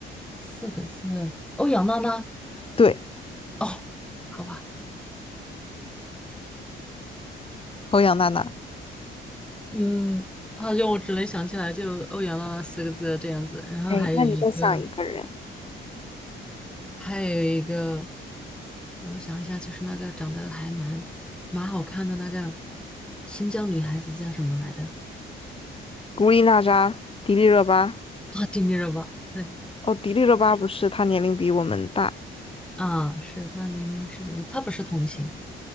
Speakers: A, in the centre; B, on the left.
A: 四个字。欧阳娜娜
B: 对，
A: 哦，好吧，
B: 欧阳娜娜，
A: 嗯，好像我只能想起来就欧阳娜娜四个字这样子，然后还有一个，
B: 哎，那你再想一个人，
A: 还有一个，等我想一下，就是那个长得还蛮蛮好看的那个新疆女孩子叫什么来的？
B: 古力娜扎，迪丽热巴。
A: 啊，丁丁热巴，对
B: 哦，迪丽热巴不是，她年龄比我们大，
A: 啊，是她年龄是不是？她不是童星。